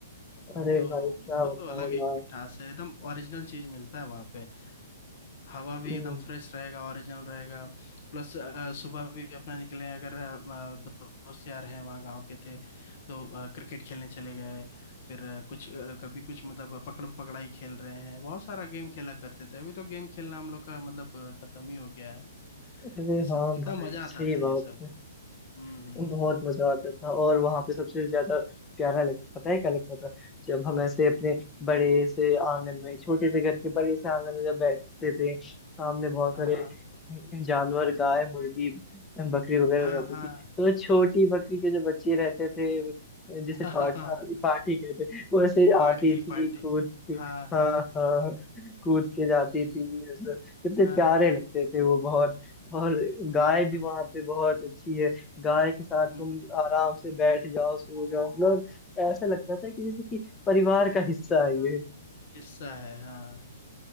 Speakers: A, on the left; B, on the left.
A: ओ,
B: अरे
A: तो
B: भाई क्या
A: वो
B: बताओ
A: तो अलग एक
B: यार
A: मिठास है एकदम ओरिजिनल चीज मिलता है वहां पे हवा भी
B: हम्म,
A: एकदम फ्रेश रहेगा ओरिजिनल रहेगा प्लस सुबह भी अपना निकले अगर अ, अ, दोस्त यार हैं वहाँ गांव के थे तो अ, क्रिकेट खेलने चले गए फिर अ, कुछ अ, कभी कुछ मतलब पकड़म पकड़ाई खेल रहे हैं बहुत सारा गेम खेला करते थे अभी तो गेम खेलना हम लोग का मतलब अ, खत्म ही हो गया है
B: अरे
A: ये सब
B: हाँ
A: कितना
B: भाई
A: मजा आता
B: सही
A: था ये
B: बात
A: सब हम्म हम्म
B: बहुत मजा आता था और वहां पे सबसे ज्यादा प्यारा लग पता है क्या लगता था जब हम ऐसे अपने बड़े से आंगन में छोटे से घर के बड़े से आंगन में जब बैठते थे सामने बहुत
A: हाँ
B: सारे
A: हाँ
B: जानवर गाय मुर्गी बकरी वगैरह
A: हाँ
B: रहती
A: हाँ
B: थी तो छोटी बकरी के जो बच्चे रहते थे जिसे
A: <laughs>
B: पाठा
A: हाँ
B: पाठी कहते वो ऐसे आती
A: Party
B: थी
A: party
B: कूद के
A: हाँ
B: हाँ
A: हाँ
B: हाँ कूद के जाती थी मतलब कितने
A: हाँ
B: प्यारे लगते थे वो बहुत और गाय
A: बिल्कुल
B: भी वहां पे बहुत अच्छी है गाय के साथ
A: हम्म,
B: तुम आराम से बैठ जाओ सो जाओ मतलब ऐसा लगता था कि जैसे कि परिवार का हिस्सा है ये
A: हिस्सा है हाँ